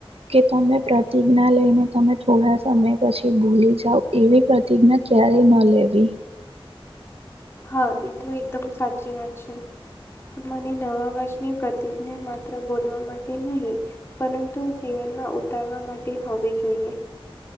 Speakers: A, on the right; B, on the left.
A: કે તમે પ્રતિજ્ઞા લઈને તમે થોડા સમય પછી ભૂલી જાવ એવી પ્રતિજ્ઞા ક્યારે ન લેવી.
B: હા એ તો એકદમ સાચી વાત છે. તો મને નવા વર્ષની પ્રતિજ્ઞા માત્ર બોલવા માટે નહી પરંતુ જીવનમાં ઉતારવા માટે હોવી જોઈએ.